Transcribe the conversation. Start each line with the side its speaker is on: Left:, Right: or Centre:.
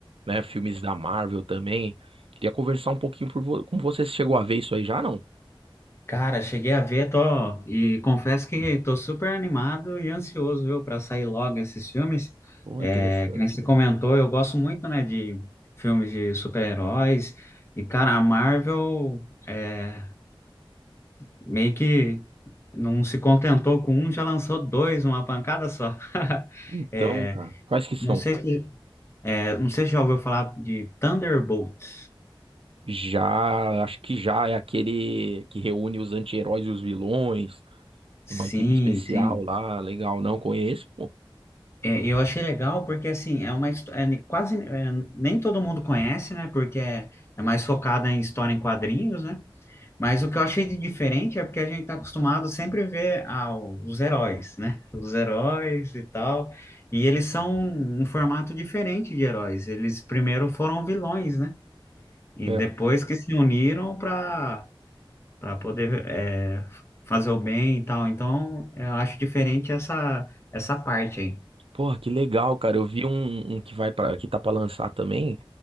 Right: né? Filmes da Marvel também. Queria conversar um pouquinho por vo- com você. Você chegou a ver isso aí já, não?
Left: Cara, cheguei a ver, tô, e confesso que tô super animado e ansioso, viu, para sair logo esses filmes.
Right: Pô,
Left: É,
Right: interessante,
Left: que nem você comentou,
Right: mano.
Left: eu gosto muito, né, de filmes de super-heróis. E, cara, a Marvel é, meio que não se contentou com um, já lançou dois, uma pancada só. <laughs>
Right: Então,
Left: É,
Right: cara, Quais que são?
Left: não sei se, é, não sei se já ouviu falar de Thunderbolts.
Right: Já, acho que já é aquele que reúne os anti-heróis e os vilões,
Left: Sim,
Right: uma equipe especial
Left: sim.
Right: lá, legal, não conheço, pô.
Left: É, eu achei legal porque, assim, é uma história, quase, é, nem todo mundo conhece, né? Porque é, é mais focada em história em quadrinhos, né? Mas o que eu achei de diferente é porque a gente tá acostumado sempre a ver ah, os heróis, né? <laughs> Os heróis e tal. E eles são um formato diferente de heróis. Eles primeiro foram vilões, né? E
Right: É.
Left: depois que se uniram para para poder é, fazer o bem e tal. Então, eu acho diferente essa, essa parte aí.
Right: Porra, que legal, cara. Eu vi um, um que vai para que tá pra lançar também,